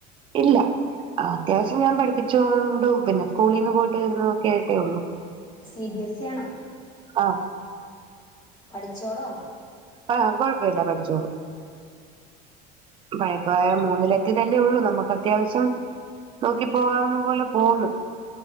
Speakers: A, on the right; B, on the left.
A: ഇല്ല അത്യാവശ്യം ഞാൻ പഠിപ്പിച്ചോണ്ടും പിന്നെ സ്കൂളീന്ന് പോയിട്ട് വരുന്നതൊക്കെയായിട്ടേയുള്ളു
B: സി ബി എസി ആണോ
A: ആഹ്
B: പഠിച്ചോളോ?
A: ആഹ് കൊഴപ്പല്ല പഠിച്ചോളും പയപ്പ മൂന്നിലെ ത്തീട്ടെല്ലേയൊള്ളൂ നമക്കത്യാവശ്യം നോക്കി പോവാവുന്ന പോലെ പോവുന്നു.